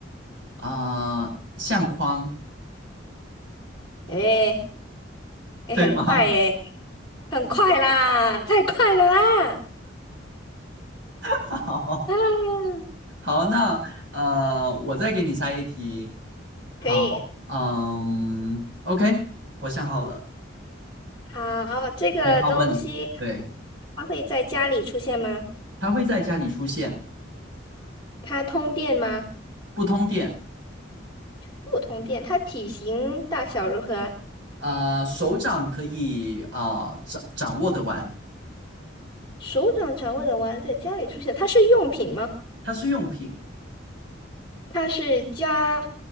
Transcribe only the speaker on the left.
诶，诶，
很快诶，很快啦，太快了啦！
啊，
可以。
好，这个东西
它会在家里出现吗？
它通电吗？
不通电。它体型大小如何啊？
手掌掌握的玩在家里出现，它是用品吗？
它是家